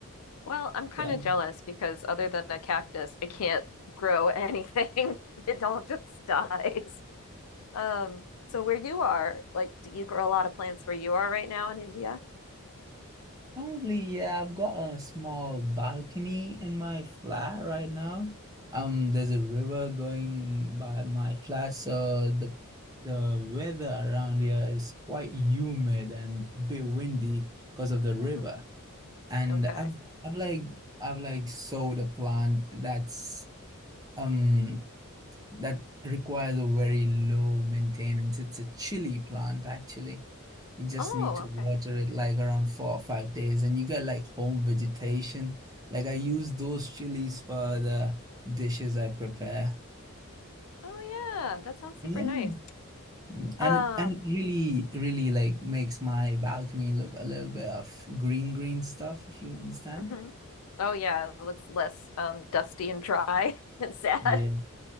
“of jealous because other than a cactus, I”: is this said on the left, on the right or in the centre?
Left